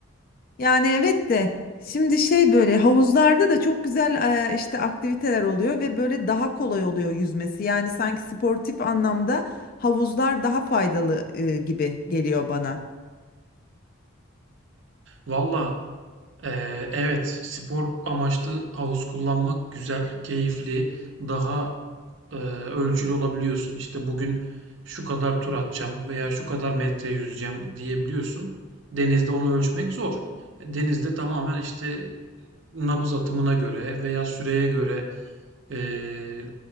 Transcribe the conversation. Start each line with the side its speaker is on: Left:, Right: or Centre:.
Left: Yani evet de şimdi şey böyle havuzlarda da çok güzel e, işte aktiviteler oluyor ve böyle daha kolay oluyor yüzmesi. Yani sanki sportif anlamda havuzlar daha faydalı e, gibi geliyor bana.
Right: Valla Ee, evet, spor amaçlı havuz kullanmak güzel, keyifli, daha e, ölçülü olabiliyorsun. İşte bugün şu kadar tur atacağım veya şu kadar metre yüzeceğim diyebiliyorsun. Denizde onu ölçmek zor. Denizde tamamen işte nabız atımına göre veya süreye göre Eee,